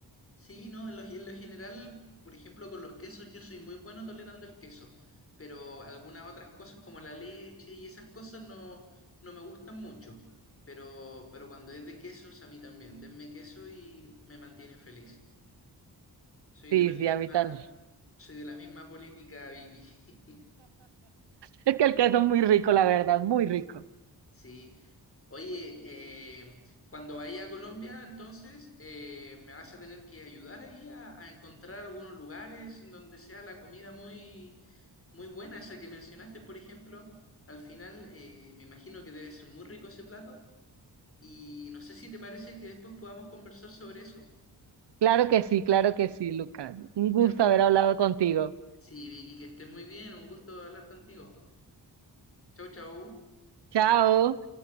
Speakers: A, on the left; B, on the right.
A: Sí, no, en lo, en lo general, por ejemplo, con los quesos yo soy muy bueno tolerando el queso, pero algunas otras cosas como la leche y esas cosas no, no me gustan mucho, pero, pero cuando es de quesos a mí también, denme queso y me mantienen feliz. Soy
B: Sí,
A: de la misma,
B: sí, a mí también. <laughs>
A: soy de la misma política, Vicky.
B: Es
A: <laughs>
B: que el queso es muy rico, la verdad, muy rico.
A: Sí. Oye, eh, cuando vaya a Colombia, entonces eh, me vas a tener que ayudar ahí a, a encontrar algunos lugares en donde sea la comida muy, muy buena, esa que mencionaste, por ejemplo. Al final, eh, me imagino que debe ser muy rico ese plato. Y no sé si te parece que después podamos conversar sobre eso.
B: Claro que sí, claro que sí, Lucas. Un gusto
A: Ya, pues.
B: haber hablado contigo.
A: Sí, Vicky, que estés muy bien. Un gusto hablar contigo. Chau, chau.
B: Chao.